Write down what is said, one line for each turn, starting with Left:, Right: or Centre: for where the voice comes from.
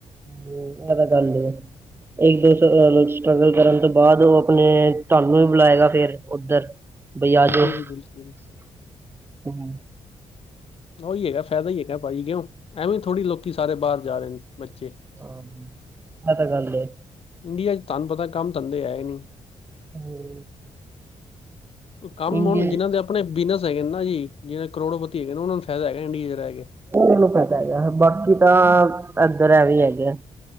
Right: ਹੂੰ ਐ ਤਾਂ ਗੱਲ ਆ। ਇੱਕ ਦੋ ਸਟਰਗਲ ਕਰਨ ਤੋਂ ਬਾਅਦ ਉਹ ਆਪਣੇ ਤੁਹਾਨੂੰ ਵੀ ਬੁਲਾਏਗਾ ਫਿਰ ਉੱਧਰ। ਬਈ
Left: ਬਿਲਕੁਲ
Right: ਆਜੋ ਹੂੰ,
Left: ਜੀ ਬਿਲਕੁਲ ਉਹੀ ਹੈਗਾ ਫਾਇਦਾ ਈ ਹੈਗਾ ਭਾਈ ਕਿਉਂ, ਐਵੇਂ ਥੋੜ੍ਹੀ ਲੋਕੀ ਸਾਰੇ ਬਾਹਰ ਜਾ ਰਹੇ ਨੇ ਬੱਚੇ।
Right: ਹਾਂ ਆ ਤਾਂ ਗੱਲ ਐ।
Left: ਇੰਡੀਆ ਚ ਤੁਹਾਨੂੰ ਪਤਾ ਕੰਮ ਧੰਦੇ ਹੈ ਈ ਨੀ।
Right: ਹੂੰ,
Left: ਕੰਮ
Right: ਇੰਡੀਅਨ
Left: ਹੁਣ ਜਿਹਨਾਂ ਦੇ ਆਪਣੇ ਬਿਜ਼ਨਸ ਹੈਗੇ ਨੇ ਨਾ ਜੀ ਜਿਹੜੇ ਕਰੋੜੋਪਤੀ ਹੈਗੇ ਨੇ ਉਹਨਾਂ ਨੂੰ ਫਾਇਦਾ ਹੈਗਾ ਇੰਡੀਆ ਚ ਰਹਿ ਕੇ।
Right: ਮੈਨੂੰ ਪਤਾ ਹੈਗਾ ਬਾਕੀ ਤਾਂ ਇੱਧਰ ਐ ਵੀ ਹੈਗਾ।